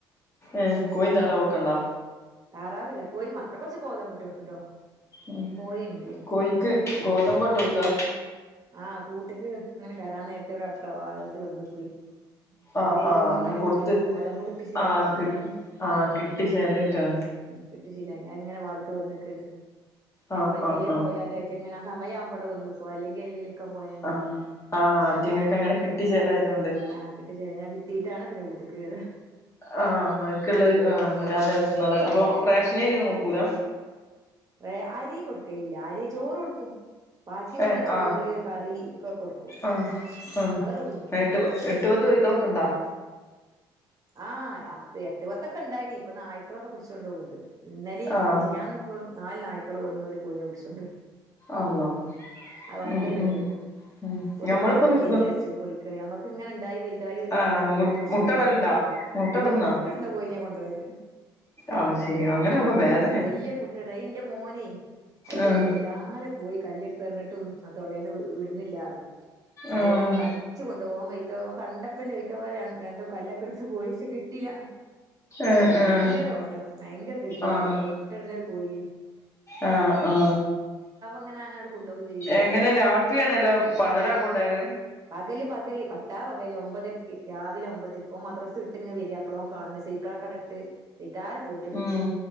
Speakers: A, on the left (about 25°); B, on the right (about 30°).
A: ഉം കോയിന്താറവൊക്കെണ്ടോ?
B: ഉം താറാവില്ല കോയീ മാത്രം കൊറച്ച് ഗോതമ്പിട്ട് കൊട്ത്തിട്ട് വ
A: ഉം
B: കോയിണ്ട്
A: കോയിക്ക്
B: അയിനിപ്പം
A: ഗോതമ്പ ഇട്ട് കൊടുക്കാ
B: കൂ ആഹ് കൂട്ടിക്ക് ഇങ്ങനെ കയറാൻ നേരത്തെ ഇവിടെ അടുക്കള ഭാഗത്ത് വന്നക്ക്
A: ആഹ്
B: എന്തേലുംങ്ങനെ
A: ആഹ് അങ്ങനെ
B: ഇങ്ങനെ
A: കൊടുത്ത്
B: കിട്ടണം ഗോതമ്പ് കിട്ട് ശീല
A: ആഹ്
B: ശീലായി.
A: കി ആഹ് കിട്ടി ശൈലായിട്ടാ..
B: ഉം കിട്ടിശീലായി തിങ്ങനെ വാതിക്ക വന്നക്കുണ്ട് ഞമ്മയിനി
A: ആഹ് ആഹ്
B: എയിലെപോയാലും
A: ആഹ്
B: മറ്റെങ്ങൊ സമയമാവുമ്പോടെന്നിക്കക്കോ അല്ലെങ്കിൽ എഴതിലൊക്കെ പോയേണ്ട്.
A: ആഹ് ആഹ് അയ്റ്റങ്ങക്ക് അങ്ങനെ കിട്ടി ചേലായതോണ്ട്
B: ആഹ് കിട്ടിശീലായി ന്നെ കിട്ടീയിട്ടാണ് പിന്നെ കൂട്ടിക്ക് കേറാ..
A: ആഹ് അക്കുള്ള ആ വല്ല നേരത്തിന്നാള് അപ്പൊ റാേഷനരിയൊ ന്നും കൊടുക്കൂല?
B: റേ അരി കൊടുക്കയില്ല അരി ചോറൊടുക്കും ബാക്കി വന്ന
A: ഏഹ്
B: ചോറ്
A: ആഹ്
B: കറി ക്ക കൊടുക്കും
A: ആഹ് ആഹ്
B: അതൊക്കെ തിന്നും
A: എഎട്ട് പ എട്ട് പത്ത് കൊയ്ക്കളൊക്കണ്ടോ?
B: ആഹ് അത്ത് എട്ട് പത്തൊക്കെ ണ്ടായിനീ പ്പൊ നായ്ക്കളൊക്ക പുടിച്ച് കൊണ്ടോണ്ട് ഇന്നലേം
A: ആഹ്
B: മിഞ്ഞാന്ന് പ്പൊ നാല് നായ്ക്കള് വന്ന് ഒര് കോയിന പിടിച്ചൊണ്ടോയ്
A: അള്ളാ
B: ആ ഭയങ്കര
A: ഉം
B: ഗതികേടാ
A: ഉം ഉം
B: ഒന്നും
A: ഞമ്മളിപ്പോ
B: വാണ്ടില്ലായ്‌നി
A: നിക്ക്
B: ചാര്ച്ചു കോയിക്കള് ഞമ്മക്ക് ങ്ങന ണ്ടായി വൽതായി വരുമ്പോത്തിന്
A: ആഹ്
B: ഓരോന്ന്
A: മു
B: പിടിച്ചൊണ്ടോവു
A: മുട്ടടല്ണ്ടാ മുട്ടട്ന്നാ
B: ഓ മുട്ടട്ന്ന കോയിനാ കൊണ്ടോയത്
A: ആഹ് ശെരി അങ്ങനാവുമ്പോ
B: അതടങ്ങേറ്
A: വേദനേണ്
B: വല്ല്യൊരു മുട്ടട് അയിന്റെ മോനെ അയിര്
A: ആഹ്
B: താലെ പോയി കല്ലെട്ത്തെറിഞ്ഞിട്ടും അ തൊള്ളേന്ന് വ് വിട്ന്നില്ലാർഞ്ഞ് തൊള്ളേലെക്കട്ട്
A: ആഹ്
B: കട് ച്ച് കൊണ്ടു പോകും ഓം വെയ്ത്ത ഓം കണ്ടപ്പെന്നെ വെയത്ത പോല ര രണ്ടും കല്ലൊക്കെട്‌ത്ത് പോയ്ച്ച് കിട്ടീല
A: ഏഹ്
B: ഭയങ്കര
A: ഏഹ്
B: ഓട്ടം ഭയങ്കര <unintelligible>
A: ആഹ്
B: മുട്ടട്ന്നൊരു കോയേനി
A: ആഹ് ആ
B: ഇങ്ങനെ അങ്ങനാണ്ട് കൊണ്ടോവും ചെയ്യും
A: എങ്ങനെ രാത്രിയണലൊ പകലാ കൊണ്ടോയത്?
B: പകല് പകല് പട്ടാ പകല് ഒമ്പതര്ക്ക് രാവില ഒമ്പതര്ക്ക് ഓം മദ്റസ് ട്ട് ങ്ങ് വരാ അപ്പളോം കാണ് സീക്കളക്കടട്ട് വൈത്താലെ പോയി
A: ഉം